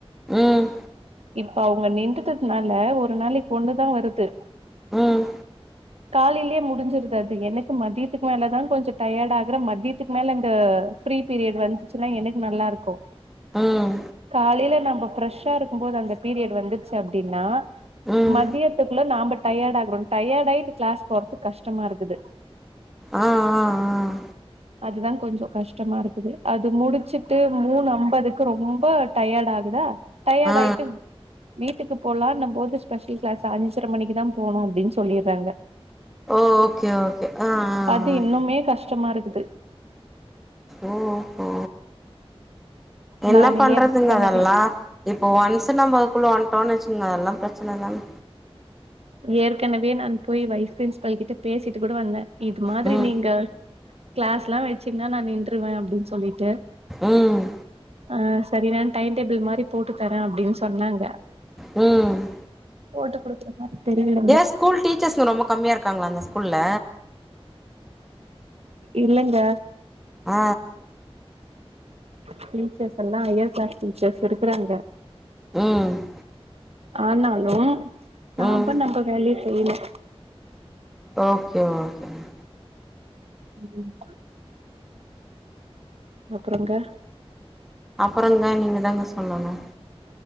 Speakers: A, in the centre; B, on the right.
A: ம்
B: இப்ப அவங்க நின்டதுக்கு பின்னால ஒரு நாளைக்கி ஒன்னுதா வருது
A: ம்
B: காலேலயே முடிஞ்சிருது அது எனக்கு மதியத்துக்கு மேலதா கொஞ்சோ டயர்ட் ஆகுற மதியத்துக்கு மேல அந்த ஃப்ரீ பீரியட் வந்துச்சுன்னா எனக்கு நல்லா இருக்கு
A: ம்
B: காலேல நம்ம ஃப்ரெஷ் ஷா இருக்கும்போது அந்த பீரியட் வந்துருச்சு அப்டின்னா
A: ம்
B: மதியத்துக்குள்ள நாம டயர்ட் ஆகறோ டயர்ட் ஆயிட்டு கிளாஸ் போறதுக்கு கஷ்டமா இருக்குது
A: ஆ ஆ ஆ
B: அதுதான் கொஞ்சோ கஷ்டமா இருக்குது. அது முடிச்சுட்டு மூணு அம்பதுக்கு ரொம்ப டயாடு ஆகுதா. டயாடு
A: ஆ ஆ
B: ஆய்ட்டுப் வீட்டுக்கு போலான்னம் போது ஸ்பெஷல் கிளாஸ் அஞ்சரை மணிக்கு தா போணு அப்டின் சொல்லிர்றாங்க.
A: ஓகே ஓகே ஆ ஆ
B: அது
A: ஆ
B: இன்னுமே கஷ்டமா இருக்குது.
A: ஓஹோ. என்ன
B: நான்
A: பண்றதுங்க
B: ஏற்கனவே
A: அதெல்லா இப்போ ஒன்ஸு நம்ப அதுக்குள்ள வந்ட்டோன் வெச்சுக்ங்க அதெல்லா பிரச்னதாங்.
B: ஏற்கெனவே நான் போய் வைஸ் பிரின்ஸ்பல் கிட்ட பேசிட்டு கூட வந்தே இது மாதிரி
A: ம்
B: நீங்க கிளாஸ்லா வெச்சிங்ன்னா நா நின்ட்ருவே அப்டின் சொல்லீட்டு.
A: ம்
B: ஆ செரி நான் டைன் டேபிள் மாரி போட்டு தரே அப்டின் சொன்னாங்க.
A: ம்.
B: போட்டு குடுக்குறே. அ தெரியில்ல.
A: ஏ ஸ்கூல் டீச்சர்ஸ் ரொம்ப கம்மியா இருக்காங்களா அந்த ஸ்கூல்ல?
B: இல்லங்க.
A: அ.
B: டீச்சர்ஸ் எல்லா ஹையர் கிளாஸ் டீச்சர்ஸ் எடுக்கறாங்க.
A: ம்.
B: ஆனாலு நாம்ப
A: ம்
B: நம்ப வேலைய செய்யணு.
A: ஓகே ஓகேங்.
B: ம். அப்புறங்கா?
A: அப்புறங்க நீங்க தாங்க சொல்லணு.